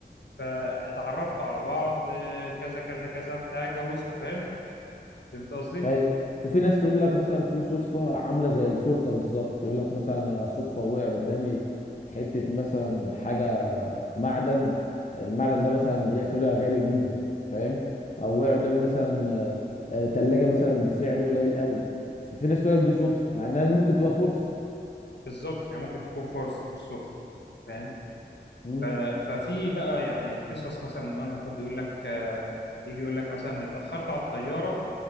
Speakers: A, on the left; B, on the left.
A: فاتعرفتوا على بعض آه، كذا كذا كذا بتاع اتجوزتوا فاهم فهمت قصدي
B: أيوة. وفي ناس تقول لك مثلا في صدفه عامله زي الفرصه بالظبط يقول لك مثلا انا صدفه وقع قدامي حته مثلا حاجه معدن المعدن ده مثلا غ- طلع غالي جدا فاهم او وقع قدامي مثلا آه، آه، تلاجة مثلا بسعر قليل قوي ففي ناس تقول لك دي صدفه مع انها دي ممكن تبقى فرصه
A: بالظبط هي ممكن تكون فرصه مش صدفه فاهم؟
B: امم
A: ف- ففي بقى يعني قصص مثلا ان واحد يقول لك آه، يجي يقول لك مثلا اتأخرت على الطيارة